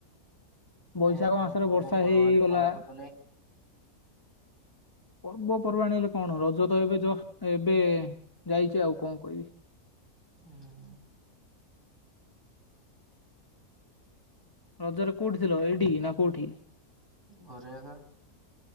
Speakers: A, on the left; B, on the right.
A: ବୈଶାଖ
B: କଣ କଣ
A: ମାସରେ
B: ପର୍ବ
A: ବର୍ଷା
B: ପର୍ବାଣି
A: ହେଇଗଲା
B: ପାଳନ କଲେ?
A: ପର୍ବ ପର୍ବାଣୀ ରେ କଣ। ରଜ ତ ଏବେ ଜଷ୍ଟ ଏବେ ଯାଇଛି ଆଉ କଣ କହିବି।
B: ହୁଁ।
A: ରଜରେ କୋଉଠି ଥିଲ ଏଇଠି ନା କୋଉଠି?
B: ଘରେ ଏଗା।